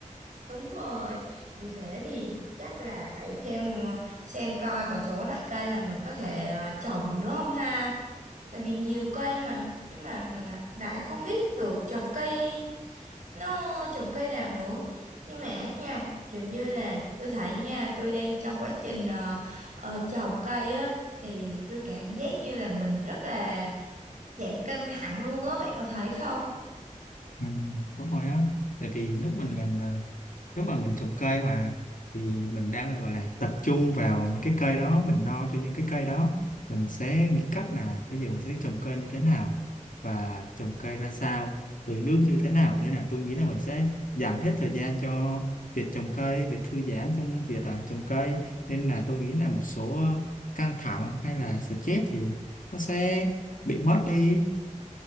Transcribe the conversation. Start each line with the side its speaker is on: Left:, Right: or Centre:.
Right: đúng rồi vì thế thì chắc là phải thêm ờ, xem coi còn số loại cây là mình có thể ờ, trồng được nữa không ha tại vì nhiều cây mà nhưng mà mình lại lại không biết được trồng cây nó trồng cây nào nữa nhưng mà nha kiểu như là tôi thấy nha tôi đang trong quá trình ờ, ờ, trồng cây á thì tôi cảm giác như là mình rất là giảm căng thẳng luôn á bạn có thấy không
Left: Ừ. đúng rồi á tại vì lúc mình mình à, lúc mà mình trồng cây mà thì mình đang là gọi là tập trung vào những cái cây đó mình lo cho những cái cây đó mình sẽ nghĩ cách là bây giờ mình sẽ trồng cây như thế nào và trồng cây ra sao tưới nước như thế nào nên là tôi nghĩ là mình sẽ dành hết thời gian cho việc trồng cây việc thư giãn trong việc à, trồng cây nên là tôi nghĩ là một số ờ, căng thẳng hay là stress thì nó sẽ bị mất đi